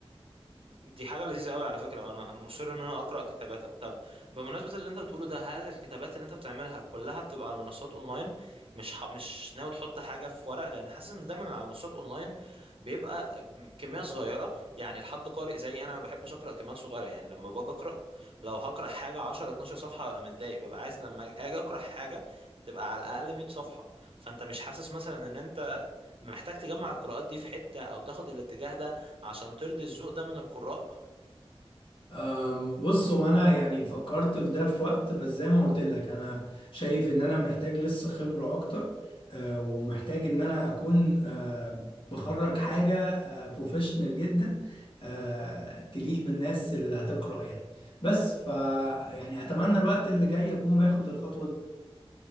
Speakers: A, on the right; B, on the left.
A: دي حاجة لذيذة قوي على فكرة انا انا مصر ان انا اقرأ كتاباتك طب بمناسبة اللي انت بتقوله ده هل الكتابات اللي انت بتعملها كلها بتبقى على منصات اونلاين مش ح... مش ناوي تحط حاجة في ورق لان حاسس ان دايما على منصات اونلاين بيبقى كمية صغيرة يعني لحد قارئ زي انا ما بحبش اقرأ كميات صغيرة يعني لما باجي اقرأ لو هقرأ حاجة 10 12 صفحة ببقى متضايق ببقى عايز لما اجي اقرأ حاجة تبقى على الاقل 100 صفحة فانت مش حاسس مثلا ان انت محتاج تجمع القراءات دي في حتة او تاخد الاتجاه ده عشان ترضي الذوق ده من القراء
B: أم، بص هو انا يعني فكرت في ده في وقت بس زي ما قلت لك انا شايف ان انا محتاج لسه خبرة اكتر أه، ومحتاج ان انا اكون أه، بخرج حاجة بروفيشنال جدا أه، تليق بالناس اللي هتقرأ يعني بس ف يعني اتمنى الوقت اللي جاي اكون باخد الخطوة دي